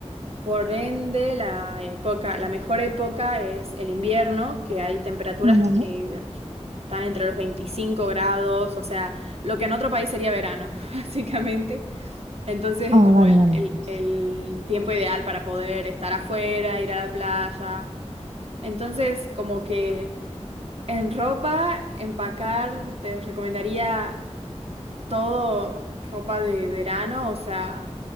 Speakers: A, on the right; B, on the right.
A: Por ende, la época, la mejor época es el invierno, que hay temperaturas
B: vale.
A: que están entre los 25 grados, o sea, lo que en otro país sería verano, <laughs> básicamente. Entonces
B: Ah,
A: es como
B: vale,
A: el,
B: vale.
A: el-
B: entiendo.
A: el tiempo ideal para poder estar afuera, ir a la playa. Entonces, como que en ropa, empacar, te recomendaría todo ropa de verano, o sea,